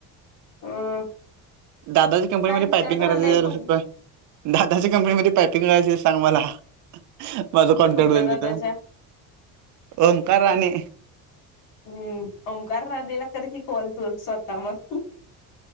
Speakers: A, on the left; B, on the right.
A: <unintelligible>
B: दादाच्या कंपनीमध्ये
A: काय विचार
B: पायपिंग करायची
A: करायलाय बघू
B: <unintelligible> दादाच्या कंपनीमध्ये पायपिंग करायची सांग मला. माझा कॉन्टॅक्ट
A: कुठल्या
B: होईल
A: दादाच्या
B: तिथं ओमकार राणे.
A: हम् ओंकार राणेला कर की कॉल तू स्वतः मग.